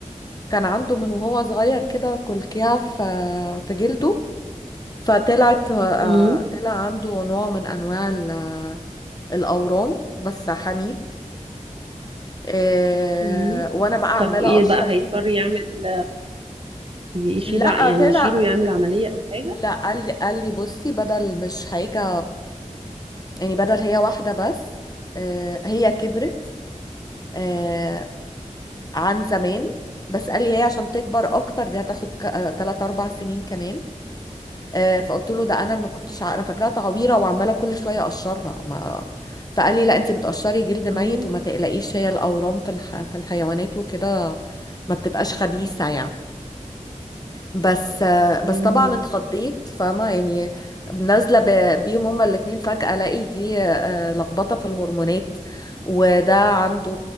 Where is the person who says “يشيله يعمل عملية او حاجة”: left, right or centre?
Right